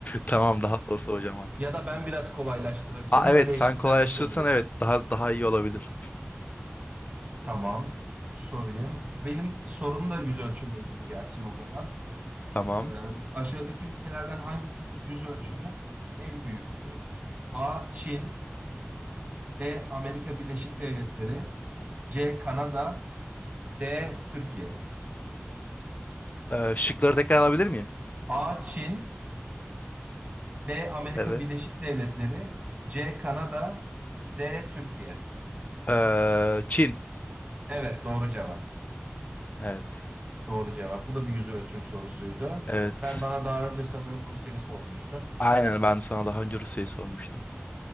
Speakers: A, on the left; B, on the right.
A: Tamam daha doğrusu hocam artık.
B: Ya da ben biraz kolaylaştırabilirim.
A: Aa evet
B: Öyle eşitlenmiş
A: sen kolaylaştırırsan
B: oluruz.
A: evet daha daha iyi olabilir.
B: Tamam. Sorayım. Benim sorum da yüz ölçümle ilgili gelsin o zaman.
A: Tamam.
B: Ee, aşağıdaki ülkelerden hangisinin yüz ölçümü en büyüktür? A. Çin B. Amerika Birleşik Devletleri C. Kanada D. Türkiye.
A: Ee, şıkları tekrar alabilir miyim?
B: A. Çin B. Amerika
A: Evet.
B: Birleşik Devletleri C. Kanada D. Türkiye.
A: Ee, Çin.
B: Evet, doğru cevap.
A: Evet.
B: Doğru cevap. Bu da bir yüz ölçüm sorusuydu.
A: Evet.
B: Sen bana daha önce sanırım Rusya'yı sormuştun.
A: Aynen ben sana daha önce Rusya'yı sormuştum.
B: Evet.